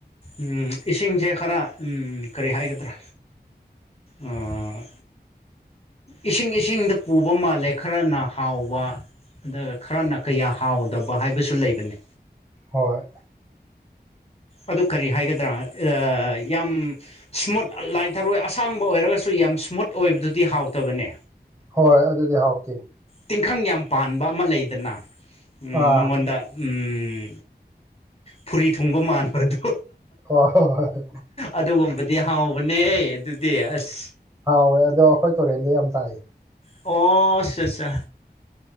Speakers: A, on the left; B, on the right.
A: ꯎꯝ ꯏꯁꯤꯡꯁꯦ ꯈꯔ ꯎꯝ ꯀꯔꯤ ꯍꯥꯏꯒꯗ꯭ꯔꯥ ꯑꯥ ꯏꯁꯤꯡ ꯏꯁꯤꯡꯗ ꯄꯨꯕ ꯃꯥꯜꯂꯦ ꯈꯔꯅ ꯍꯥꯎꯕ ꯑꯗꯨꯒ ꯈꯔꯅ ꯀꯌꯥ ꯍꯥꯎꯗꯕ ꯍꯥꯏꯕꯁꯨ ꯂꯩꯕꯅꯦ꯫
B: ꯍꯣꯏ
A: ꯑꯗꯨ ꯀꯔꯤ ꯍꯥꯏꯒꯗ꯭ꯔꯥ ꯑ ꯌꯥꯝ ꯁꯃꯨꯠ ꯂꯥꯏꯊꯔꯣꯏ ꯑꯁꯥꯡꯕ ꯑꯣꯏꯔꯒꯁꯨ ꯌꯥꯝ ꯁ꯭ꯃꯨꯠ ꯑꯣꯏꯕꯗꯨꯗꯤ ꯍꯥꯎꯇꯕꯅꯦ꯫
B: ꯍꯣꯏ ꯑꯗꯨꯗꯤ ꯍꯥꯎꯇꯦ
A: ꯇꯤꯡꯈꯪ ꯌꯥꯝ ꯄꯥꯟꯕ ꯑꯃ ꯂꯩꯗꯅ
B: ꯑꯥ
A: ꯃꯉꯣꯟꯗ ꯎꯝ ꯐꯨꯔꯤ ꯊꯨꯡꯕ ꯃꯥꯟꯕꯗꯣ
B: ꯍꯣꯏ ꯍꯣꯏ ꯍꯣꯏ
A: ꯑꯗꯨꯒꯨꯝꯕꯗꯤ ꯍꯥꯎꯕꯅꯦ ꯑꯗꯨꯗꯤ ꯑꯁ
B: ꯍꯥꯎꯋꯦ ꯑꯗꯣ ꯑꯈꯣꯏ ꯇꯣꯔꯦꯟꯗ ꯌꯥꯝ ꯇꯥꯏꯌꯦ꯫
A: ꯑꯣ ꯑꯆꯥꯥ ꯆꯥ